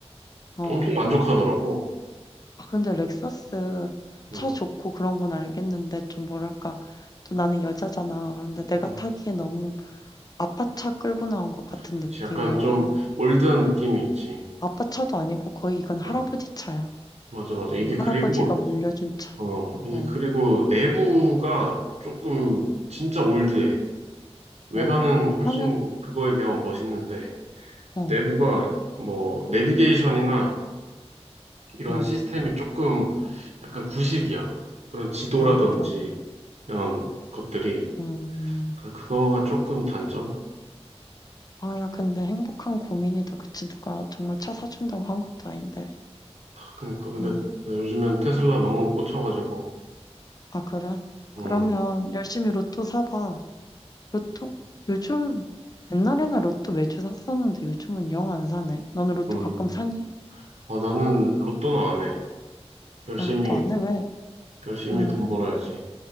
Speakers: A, on the left; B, on the right.
A: 어.
B: 엄청 만족하더라고.
A: 아, 근데 렉서스
B: 응,
A: 차 좋고 그런 건 알겠는데 좀 뭐랄까 또 나는 여자잖아. 그런데 내가
B: 응.
A: 타기에 너무 아빠 차 끌고 나온 것 같은
B: 그치.
A: 느낌이라고
B: 약간 좀
A: 해야 되나?
B: 올드한 느낌이 있지.
A: 아빠 차도 아니고 거의 이건 할아버지
B: 응,
A: 차야.
B: 맞아, 맞아. 이게
A: 어,
B: 그리고,
A: 할아버지가 물려준 차.
B: 어, 이게
A: 어,
B: 그리고 내부가 조금 진짜 올드해. 외관은
A: 어, 막
B: 훨씬
A: 화면
B: 그거에 비하면 멋있는데,
A: 어,
B: 내부가 뭐, 내비게이션이나 이런
A: 응.
B: 시스템이 조금 약간 구식이야. 그런 지도라든지
A: 아, 그럼.
B: 이런 것들이.
A: 음.
B: 그래서 그거가 조금 단점?
A: 아, 야, 근데 행복한 고민이다. 그치? 누가 정말 차 사준다고 한 것도 아닌데.
B: 그러니까 근데
A: 음.
B: 나 요즘엔 테슬라 너무 꽂혀가지고
A: 아, 그래? 그러면
B: 음,
A: 열심히 로또 사봐. 로또? 요즘 옛날에는 로또 매주 샀었는데 요즘은 영 안 사네. 너는 로또
B: 음.
A: 가끔 사니?
B: 아 나는 로또는 안 해. 열심히
A: 아, 로또 안 해? 왜?
B: 열심히
A: 응.
B: 돈 벌어야지.